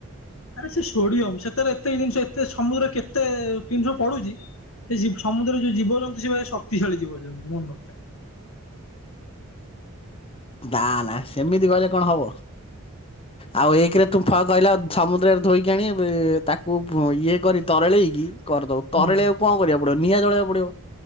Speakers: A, on the left (about 75°); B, on the left (about 25°).
A: ଆରେ ସେ ସୋଡିୟମ ସେତ୍ ସେଥିରେ ଏତିକି ଜିନିଷ ଏତେ ସମୁଦ୍ର କେତେ ଜିନିଷ ପଡ଼ୁଚି। ସେ ଜିବ୍ ସମୁଦ୍ରରେ ଯୋଉ ଜୀବଜନ୍ତୁ ସିଏ ଭାରି ଶକ୍ତିଶାଳି ଜୀବଜନ୍ତୁ ମନ ରଖିଥା।
B: ନା ନା ସେମିତି କହିଲେ କଣ ହବ?
A: ହୁଁ
B: ଆଉ ଏକରେ ତୁ ଫ କହିଲା ସମୁଦ୍ରରେ ଧୋଇକି ଆଣି ବି ତାକୁ ଫ ଇଏ କରି ତରଳେଇକି କରିଦବୁ
A: ହୁଁ
B: ତରଳେଆକୁ କଣ କରିବାକୁ ପଡିବ ନିଆଁ ଜଳେଇବାକୁ ପଡିବ।